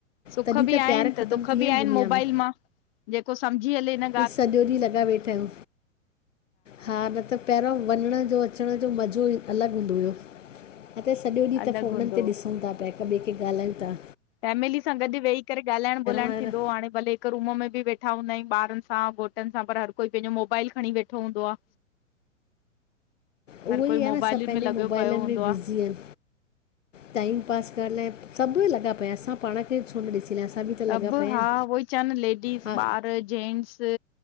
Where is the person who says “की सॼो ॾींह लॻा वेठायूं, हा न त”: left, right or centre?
Left